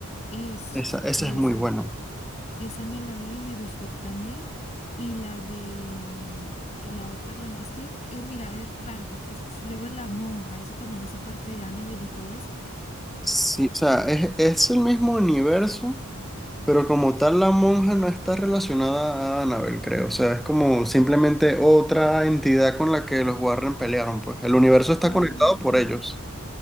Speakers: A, on the left (about 30°); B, in the centre.
A: Eso,
B: Esa, esa
A: esa.
B: es muy buena.
A: Esa me la vi y me gustó también. Y la de eh, la otra, bueno, es que, eh, mira, es raro. Es, luego La Monja, eso también hace parte de Annabelle y todo eso.
B: Sí, o sea, es, es el mismo universo, Pero como tal, la monja no está relacionada a Annabelle, creo. O sea, es como simplemente otra entidad con la que los Warren pelearon, pues. El universo está
A: Ok,
B: conectado por ellos.